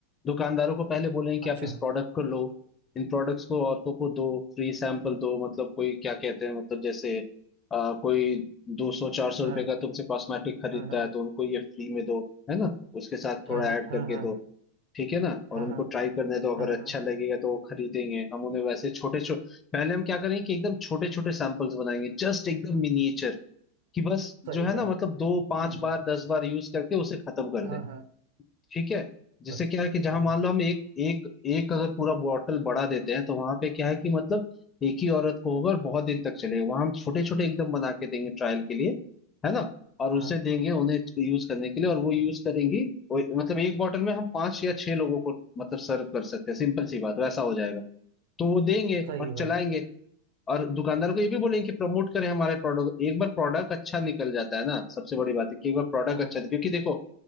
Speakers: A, on the left (about 20°); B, on the right (about 55°).
A: दुकानदारों को पहले बोलेंगे कि
B: अच्छा
A: आप इस प्रोडक्ट को लो इन प्रोडक्ट्स को औरतों को दो फ्री सैंपल दो मतलब कोई क्या कहते हैं मतलब जैसे आ, कोई दो सौ चार सौ
B: हाँ
A: रुपए का तुमसे कॉस्मेटिक खरीदता
B: हाँ हाँ
A: है तो उनको ये फ्री में दो है ना उसके साथ थोड़ा
B: हाँ
A: ऐड
B: हाँ
A: करके
B: हाँ
A: दो ठीक है ना
B: हाँ
A: और उनको
B: हाँ
A: ट्राई करने दो अगर
B: हाँ
A: अच्छा
B: हाँ,
A: लगेगा तो वो खरीदेंगे हम उन्हें वैसे छोटे छोटे पहले हम क्या करेंगे कि एकदम छोटे छोटे सैंपल्स बनाएंगे जस्ट एकदम मिनिएचर कि बस
B: सही
A: जो है ना
B: बात
A: मतलब दो पांच
B: हम्म
A: बार दस बार यूज करके उसे खत्म कर
B: हाँ
A: दे
B: हाँ
A: ठीक है जिससे
B: बस
A: क्या है कि जहां
B: हाँ
A: मान लो हम एक एक एक अगर पूरा बॉटल बढ़ा देते हैं तो वहां पे क्या है कि मतलब एक ही औरत को होगा और बहुत दिन तक चलेगा वहां हम छोटे छोटे एकदम बना के देंगे ट्रायल के लिए है ना और
B: हाँ
A: उसे देंगे उन्हें यूज करने के लिए और वो यूज करेंगी वो- मतलब एक बॉटल में हम पांच या छह लोगों को मतलब सर्व कर सकते हैं सिंपल सी बात वैसा हो जाएगा तो वो देंगे
B: सही
A: और
B: बात
A: चलाएंगे
B: है
A: और दुकानदार को ये भी बोलेंगे कि प्रमोट करें हमारे प्रोडक्ट को एक बार प्रोडक्ट अच्छा निकल जाता है ना सबसे बड़ी बात है कि एक बार प्रोडक्ट
B: हाँ
A: अच्छा क्योंकि देखो